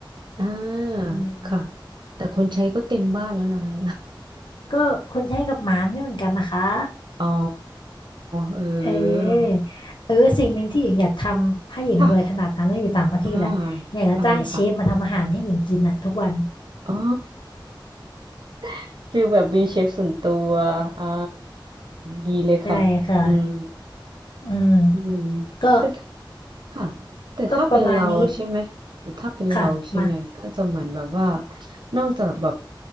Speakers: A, on the right; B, on the left.
A: อ่า
B: อืม
A: ค่ะแต่คนใช้ก็เต็มบ้านแล้วนะคะ
B: ก็คนใช้กับหมาไม่เหมือนกันนะคะ
A: <laughs> อ๋อเออ
B: เออเออสิ่งหนึ่งที่หญิงอยากทำถ้าหญิงรวยขนาดนั้นแล้วอยู่ต่างประเทศอ่ะอยากจะจ้างเชฟมาทำอาหารให้หญิงกินอ่ะทุกวัน
A: ค่ะอ่าอะไรค่ะอ๋อ <laughs> คือแบบมีเชฟส่วนตัวอ่าดีเลยค่ะอืม
B: ใช่ค่ะ อืม
A: อืม
B: ก็
A: แต่เธ ค่ะแต่ถ้าเป็นเราใช่ไหมแต่ถ้าเป็นเราใช่ไหมก็จะเหมือนแบบว่า
B: ก็ประมาณนี้ค่ะมา
A: นอกจากแบบ